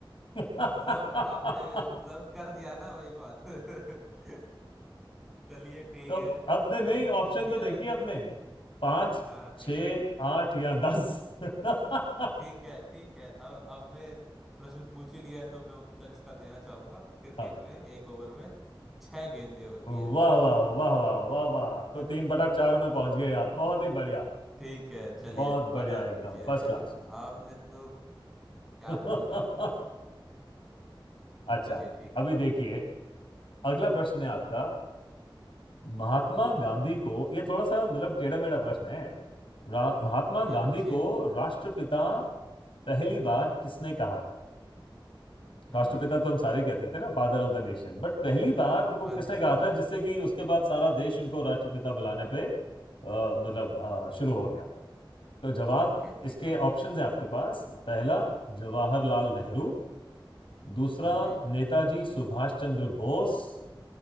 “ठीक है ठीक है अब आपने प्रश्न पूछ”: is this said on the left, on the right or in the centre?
Centre